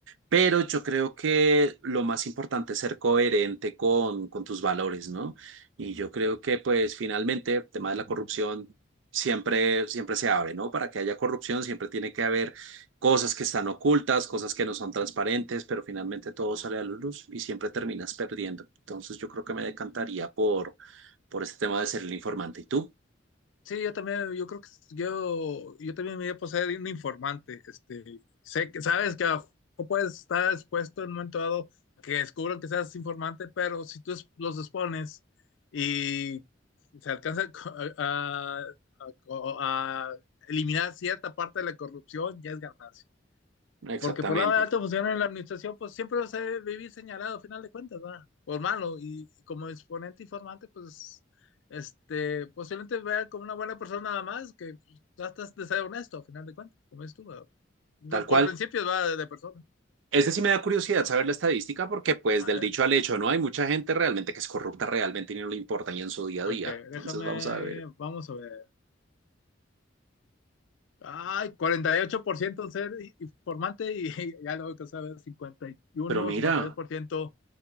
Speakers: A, on the right; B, on the left.
A: Pero yo creo que lo más importante es ser coherente con, con tus valores, ¿no? Y yo creo que, pues, finalmente, el tema de la corrupción siempre, siempre se abre, ¿no? Para que haya corrupción siempre tiene que haber cosas que están ocultas, cosas que no son transparentes, pero finalmente todo sale a la luz y siempre terminas perdiendo. Entonces, yo creo que me decantaría por, por este tema de ser el informante. ¿Y tú?
B: Sí, yo también, yo creo que yo, yo también me voy a poseer un informante. Este, sé que sabes que a lo mejor puedes estar expuesto en un momento dado que descubran que seas informante, pero si tú es- los expones y se alcanza a, a- a- a eliminar cierta parte de la corrupción, ya es ganancia.
A: Exactamente.
B: Porque por lado de alto funcionario en la administración, pues siempre vas a vivir señalado, a final de cuentas, ¿verdad? Por malo. Y, y como exponente y formante, pues, este, posiblemente vea como una buena persona nada más, que pues, tratas de ser honesto, a final de cuentas, como es tú, ¿verdad? Yo,
A: Tal
B: Por
A: cual.
B: principios va de, de persona.
A: Este sí me da curiosidad saber la estadística porque pues
B: A
A: del
B: ver,
A: dicho al hecho, ¿no? Hay mucha gente realmente que es corrupta realmente y no le importa ni en su día a
B: ok,
A: día. Entonces
B: déjame,
A: vamos a ver.
B: vamos a ver. Ay, 48% en ser i- informante y, <laughs> ya luego que sabes, cincuenta cincuenta y y uno
A: Pero mira,
B: cincuenta y dos por ciento O